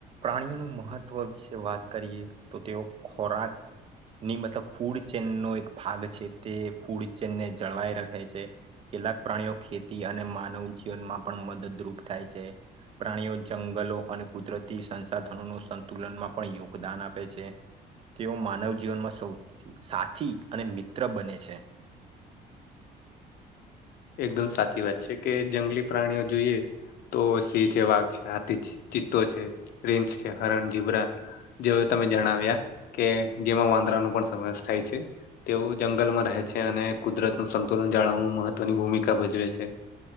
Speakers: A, on the right (about 35°); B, on the left (about 65°).
A: પ્રાણીઓનું મહત્વ વિશે વાત કરીએ તો તેઓ ખોરાક ની મતલબ ફૂડ ચેન નો એક ભાગ છે, તે ફૂડ ચેનને જળવાઈ રાખે છે. કેટલાક પ્રાણીઓ ખેતી અને માનવ પણ મદદરૂપ છે, પ્રાણીઓ જંગલો અને કુદરતી સંસાધનો નું સંતુલનમાં પણ યોગદાન આપે છે, તેઓ માનવ જીવનમાં સૌથી સાથી અને મિત્ર બને છે.
B: એકદમ સાચી વાત છે. કે જંગલી પ્રાણીઓ જોઈએ, તો સિંહ છે, વાઘ છે, હાથી છે, ચિત્તો છે, રીંછ છે, હરણ, જીબરા જેવા તમે જણાવ્યા કે જેમાં વાંદરા નું પણ સમાવેશ થાય છે. તેઓ જંગલમાં રહે છે. અને કુદરત નું સંતુલન જાળવવા માં મહત્વની ભૂમિકા ભજવે છે.